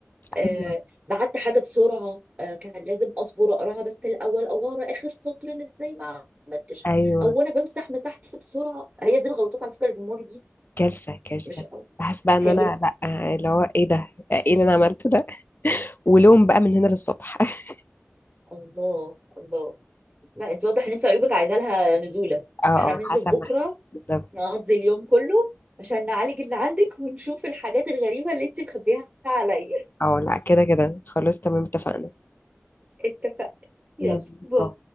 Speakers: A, on the left (about 45°); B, on the right (about 30°).
A: ايوه
B: آه بعت حاجة بسرعة آه كان لازم أصبر أقراها بس الأول أو أقرا آخر سطر أنا إزاي ما عملتش
A: ايوه
B: أو أنا بمسح مسحت بسرعة هي دي الغلطات على فكرة اللي بنمر بيها
A: كارثه كارثه
B: مش أكتر.
A: بحس بقى ان
B: هي
A: انا لا اللي هو ايه ده ايه اللي انا عملته ده ولوم بقى من هنا للصبح <laughs>
B: الله الله لا أنت واضح إن أنت عيوبك عايزة لها نزولة
A: اه اه
B: إحنا هننزل
A: حسب
B: بكرة
A: ما احتاج بالظبط
B: نقضي اليوم كله عشان نعالج اللي عندك ونشوف الحاجات الغريبة اللي أنت مخبيها عليا
A: اه لا كده كده خلاص تمام اتفقنا
B: <laughs> اتفقنا يلا
A: يلا
B: باي
A: باي.